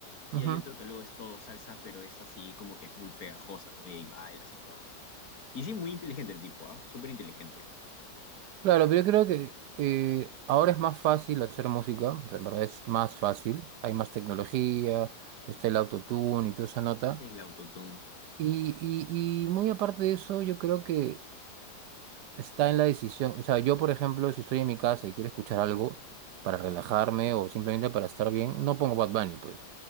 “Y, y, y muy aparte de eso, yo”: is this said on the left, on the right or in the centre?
Right